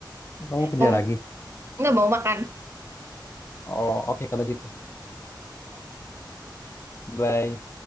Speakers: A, on the left; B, on the right.
A: kamu kerja
B: mau
A: lagi.
B: nggak mau makan
A: Oh, oke kalau gitu. Bye.